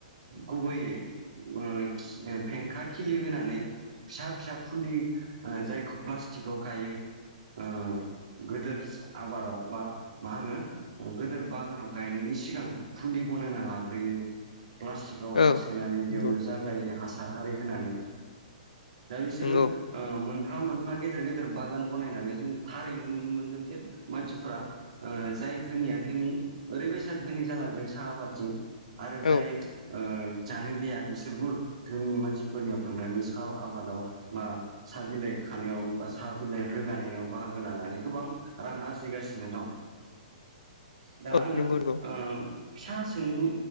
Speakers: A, on the right; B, on the left.
A: गुबैयै ओ खि फेंखा खिलि होना नै फिसा फिसा फुलि ओ जायखौ प्लासटिकआव गायो ओ गोदोर आबादाव बा मा होनो गोदोर बागानाव गायनायनि सिगां फुलि बनायना लाग्रोयो प्लास्टिकआव हा
B: ओ
A: सासोनानै बेयावनो
B: नंगौ
A: जागायो हासार हारि होनानै। दा बिसोरो
B: नंगौ
A: ओ मोनफा मोनफा गेदेर गे गेदिर बागान बनायनानै जों थारैनो नुनो मोनदों जे मानसिफ्रा ओ जाय धोनिया धोनि ओरैबायसा धोनि जालांदों साहा आबादजों आरो जाय
B: औ
A: जानो गैया बिसोरबो धोनि मानसिफोरनियाव थांनानै सा आबादाव बा साहा बिलाइ खानायाव बा साहा बिलाइ रोगानायाव बाहागो लानानै गोबां रां आरजिगासिनो दं दा
B: औ
A: आङो
B: नंगौ नंगौ
A: ओ फिसा सोंलु